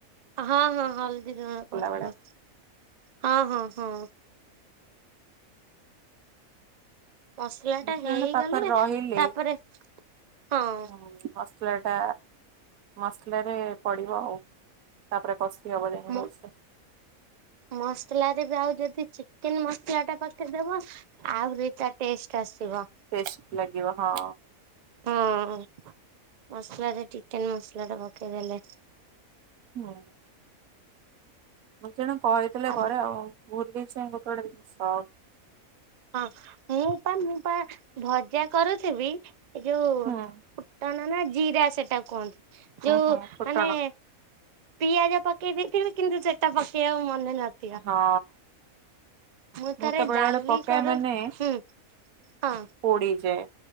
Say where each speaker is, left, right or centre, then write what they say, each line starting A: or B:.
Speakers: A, on the right; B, on the right.
A: ହଁ ହଁ ହଳଦୀ, ଲୁଣ ପଡିଥିବ
B: ବେଳେ
A: ହଁ ହଁ ହଁ ମସଲା ଟା
B: ଜଣେ
A: ହେଇଗଲେ
B: ପାଖରେ ରହିଲେ
A: ତାପରେ ହଁ
B: ହୁଁ ମସଲା ଟା ମସଲାରେ ପଡ଼ିବ ଆଉ ତାପରେ କଷା <inaudible>
A: ମ ମସଲାରେ ଯା ହଉ ବି ଯଦି ଚିକେନ ମସଲାଟା ପଖେଇ ଦବ ଆହୁରି ତା ଟେଷ୍ଟ ଆସିବ।
B: ଟେଷ୍ଟ ଲାଗିବ ହଁ।
A: ହୁଁ ମସଲାରେ ଚିକେନ ମସଲାଟା ପକେଇଦେଲେ।
B: ହୁଁ ମତେ ଜଣେ କହିଥିଲେ
A: ଆ
B: କରେ ଆଉ ଭୁଲିସେ ଗୋଟେ ଗୋଟେ ଜିନିଷ
A: ହଁ ମୁଁ ପା ମୁଁ ପା ଭଜା କରୁଥିବି। ଏଇ ଯୋଉ
B: ହୁଁ
A: ଫୁଟଣ
B: ହୁଁ
A: ନା ଜିରା ସେଟା କୁହନ୍ତି ଯୋଉ
B: ହୁଁ ଫୁଟଣ
A: ମାନେ ପିଆଜ ପକେଇ ଦେଇଥିବି କିନ୍ତୁ ସେଟା ପକେଇବାକୁ ମନେ ନ
B: ହଁ।
A: ମୁଁ ଥରେ
B: ତ ବେଳେ
A: ଡାଲି
B: ବେଳେ ପକାଏ
A: କରୁ
B: ମାନେ
A: ହୁଁ ହଁ
B: ପୋଡିଯାଏ